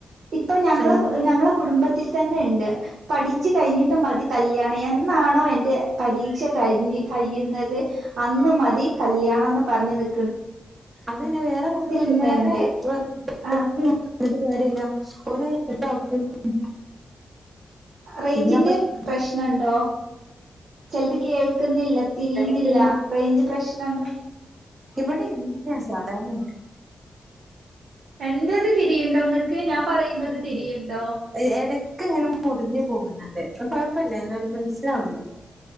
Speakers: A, on the right; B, on the right.
A: ഇപ്പ ഞങ്ങളെ
B: കൽ
A: ഞങ്ങള് കുടുംബത്തിൽ തന്നെഇണ്ട് പഠിച്ച്കയ്ഞ്ഞിട്ട് മതി കല്യാണം എന്നാണോ എന്റെ പരീക്ഷ കഴിഞ്ഞ് കയിയുന്നത് അന്ന് മതി കല്യാണംന്ന് പറഞ്ന്നിക്
B: അതെന്നെ വേറെ നമ്മള്
A: തന്നെ
B: വേറെ
A: ഉണ്ട്
B: <unintelligible>
A: ആ
B: കാര്യല്ല. ഓല് എല്ല <unintelligible>
A: റെയ്ഞ്ചിന്റെ
B: നമ്മള്
A: പ്രശ്നണ്ടോ? ചെൽത് കേൾക്കുന്നില്ല തിരിയുന്നില്ല
B: എടക്ക്
A: റെയ്ഞ്ച് പ്രശ്നണ്ടോ?
B: ഇവടെ ഇല്ലാ സാധാരണ
A: എന്റെത് തിരിയ്ണ്ടോ ഇങ്ങക്ക് ഞാൻ പറയുന്നത് തിരിയ്ണ്ടോ?
B: എഹ് എടെയ്ക്ക് ഇങ്ങെനെ മുറിഞ് പോകുന്നുണ്ട് കുഴപ്പല്ല എന്നാലും മനസ്സിലാവുന്നുണ്ട്.